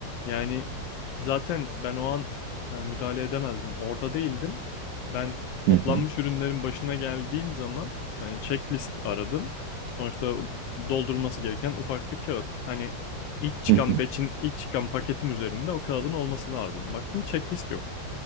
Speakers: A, on the left (about 85°); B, on the right (about 70°).
A: yani zaten ben o an e, müdahale edemezdim. Orada değildim. Ben toplanmış
B: hı hı,
A: ürünlerin başına geldiğim zaman hani checklist aradım. Sonuçta doldurulması gereken ufak bir kağıt. Hani ilk çıkan
B: hı hı,
A: batch'in, ilk çıkan paketin üzerinde o kağıdın olması lazım. Baktım checklist yok.